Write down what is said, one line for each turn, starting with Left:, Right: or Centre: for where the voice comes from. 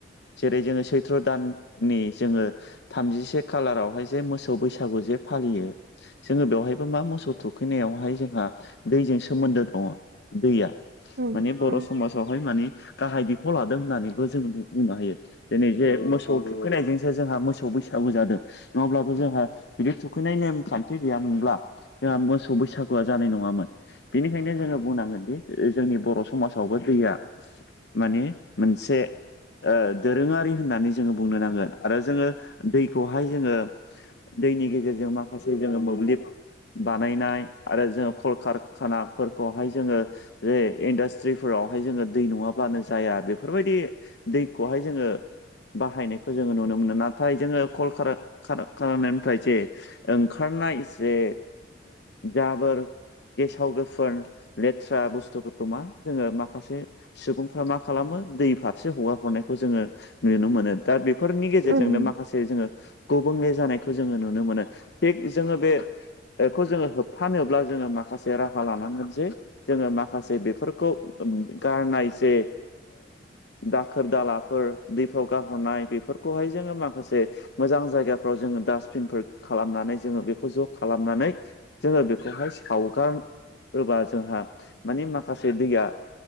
Left: जेरै जोङो सैथ्र' दाननि जोङो थामजिसे खालारावहाय जे मोसौ बैसागु जे फालियो जोङो बेवहायबो मा मोसौ थुखैनायावहाय जोंहा दैजों सोमोन्दो दङ दैया
Right: उम
Left: माने बर'
Right: उम
Left: समाज हाय माने गाहाय बिफाव लादों होननानैबो जोङो बुंनो हायो दिनै जे मोसौ थुखैनायजोंसो जोंहा मोसौ बैसागु जादों नङाब्लाथ' जोंहा बिदि थुखैनाय नेमखान्थि गैयामोनब्ला जोंहा मोसौ बैसागुआ जानाय नङामोन। बिनिखायनो जोङो बुंनांगोन दि जोंनि बर' समाजावबो दैया माने मोनसे दोरोङारि होननानै जोङो बुंनो नांगोन आरो जोङो दैखौहाय जोङो दैनि गेजेरजों माखासे जोङो मोब्लिब बानायनाय आरो जोङो कलकारखाना फोरखौहाय जोङो जे इन्डास्ट्रिफोरावहाय जोङो दै नङाब्लानो जाया बेफोरबायदि दैखौहाय जोङो बाहायनायखौ जोङो नुनो मोनो नाथाय जोङो कल कारार नाथायसेे ओंखारनाय जे जाबोर गेसाव गोफोन लेथ्रा बुस्थुफोरखौ मा जोङो माखासे सुबुंफ्रा मा खालामो दै फारसे हगार हरनायखौ जोङो नुनो मोनो दा बेफोरनि गेजेरजोंनो
Right: उम उम
Left: माखासे जोङो गुबुंले जानाय खौ जोङो नुनो मोनो थिग जोङो बे बेखौ जोङो होबथानोब्ला जोङो माखासे राहा लानांगोन जे जोङो माखासे बेफोरखौ गारनाय जे दाखोर दालाफोर दैफ्राव गारहरनाय बेफोरखौहाय जोङो माखासे मोजां जायगाफ्राव जोङो डासटबिनफोर खालामनानै जोङो बेखौ ज' खालामनानै जोङो बेखौहाय सावगार होबा जोंहा मानि माखासे दैया